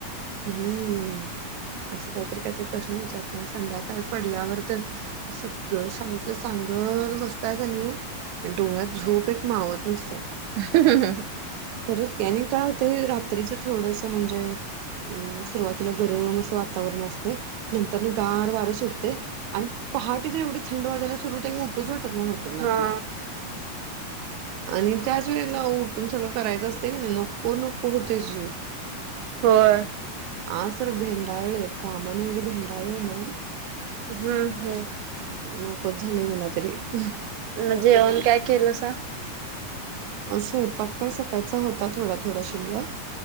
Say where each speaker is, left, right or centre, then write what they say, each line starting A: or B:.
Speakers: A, on the right; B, on the right.
A: हम्म, असं काहीतरी काहीतरी प्रश्न विचारताय आणि संध्याकाळी पडल्यावर तर सगळं शांत. ते सांगत बसताय का नाही, डोळ्यात झोप एक मावत नुस्ता
B: हं हं <unintelligible>
A: खरंच की आणि काय होतंय, रात्रीच थोडसं म्हणजे, अं सुरुवातीला गरम असं वातावरण असतंय, नंतर नं गार वार सुटतंय आणि पहाटेचं एवढं थंड वाजायला सुरु होतय की उपज <unintelligible> <unintelligible> हंत्रुणातनं
B: हा
A: आणि त्याच वेळेला उठून सगळं करायचं असते की नाही, नको नको होतय जीव
B: होय
A: हां सर भेंडाळय, कामानं एवढी भेंडाळय ना
B: हं हम्म
A: नकोच झालय मला तरी, <unintelligible>
B: मं जेवन काय केलं सा?
A: स्वयंपाक काय सकाळचा होता थोडा थोडा शिल्लक.